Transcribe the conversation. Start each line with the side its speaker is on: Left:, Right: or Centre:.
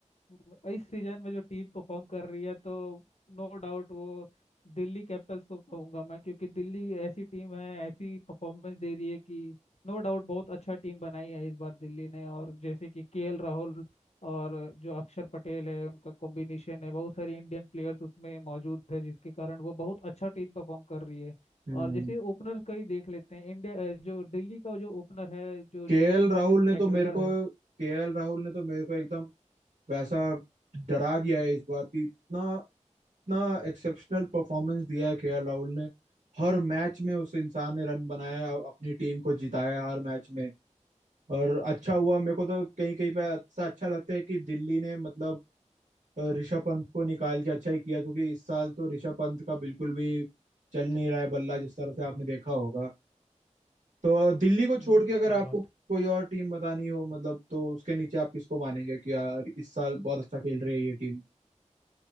Left: इस सीजन में जो टीम परफॉर्म कर रही है तो नो डाउट वो दिल्ली कैपिटल्स को कहूंगा मैं क्योंकि दिल्ली ऐसी टीम है ऐसी परफॉर्मेंस दे रही है कि नो डाउट बहुत अच्छा टीम बनाई है इस बार दिल्ली ने और जैसे कि केएल राहुल और जो अक्षर पटेल है उनका कॉम्बिनेशन है बहुत सारे इंडियन प्लेयर्स उसमें मौजूद है जिसके कारण वो बहुत अच्छा टीम परफॉर्म कर रही है
Right: हम्म
Left: और जैसे ओपनर का ही देख लेते हैं इंडिया जो दिल्ली का जो ओपनर है जो
Right: केएल
Left: जेम्स
Right: राहुल
Left: फ्रेटिस
Right: ने
Left: मैकग्regor
Right: तो मेरे को
Left: है
Right: केएल राहुल ने तो मेरे को एकदम वैसा डरा दिया है इस बार कि इतना इतना एक्सेप्शनल परफॉर्मेंस दिया है केएल राहुल ने हर मैच में उस इंसान ने रन बनाया अ- अपनी टीम को जिताया हर मैच में और अच्छा हुआ मेरे को तो कहीं कहीं पे ऐसा अच्छा लगता है कि दिल्ली ने मतलब अ, ऋषभ पंत को निकाल के अच्छा ही किया क्योंकि इस साल तो ऋषभ पंत का बिल्कुल भी चल नहीं रहा है बल्ला जिस तरह से आपने देखा होगा तो दिल्ली को छोड़
Left: हम्म
Right: के अगर
Left: सही
Right: आपको
Left: बात
Right: कोई और टीम बतानी हो मतलब तो उसके नीचे आप किसको मानेंगे कि यार इस साल बहुत अच्छा खेल रही है ये टीम